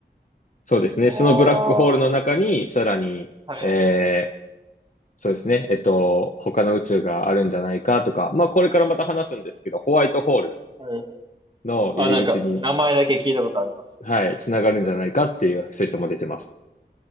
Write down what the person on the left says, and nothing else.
そうですね。
そのブラックホールの中に、
さらに、
えー、そうですね。えっと、他の宇宙があるんじゃないかとか、まあ、これからまた話すんですけど、ホワイトホール
の入り口に、
はい、つながるんじゃないかっていう説も出てます。